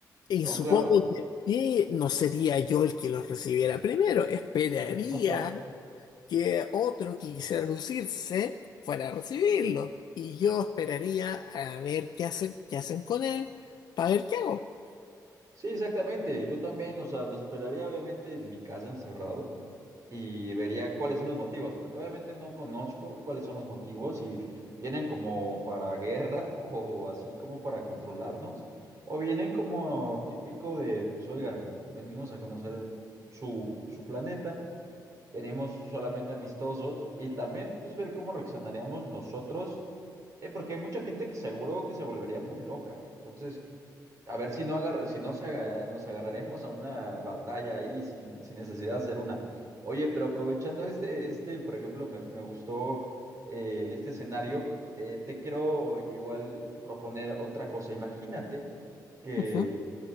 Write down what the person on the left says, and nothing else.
y
supongo
que que no sería yo el que los recibiera primero. Esperaría
que otro que quisiera lucirse fuera a recibirlo. Y yo esperaría a ver qué hacen, qué hacen con él para ver qué hago.
Ujú,